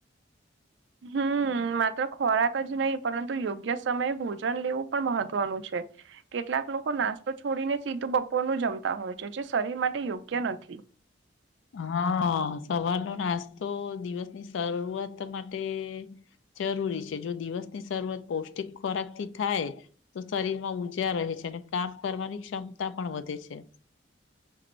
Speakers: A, on the right; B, on the left.
A: હમ, માત્ર ખોરાક જ નહીં પરંતુ યોગ્ય સમયે ભોજન લેવું પણ મહત્વનું છે. છે. કેટલાક લોકો નાસ્ તો છોડીને સીધું બપોરનું જમતા હોય છે, જે શરીર માટે યોગ્ય નથી.
B: હા સવારનો નાસ્તો દિવસની શરૂઆત માટે જરૂરી છે. જો દિવસની શરૂઆત પૌષ્ટિક ખોરાક થી થાય તો શરીર માં ઉર્જા રહે છે અને કામ કરવાની ક્ષમતા પણ વધે છે.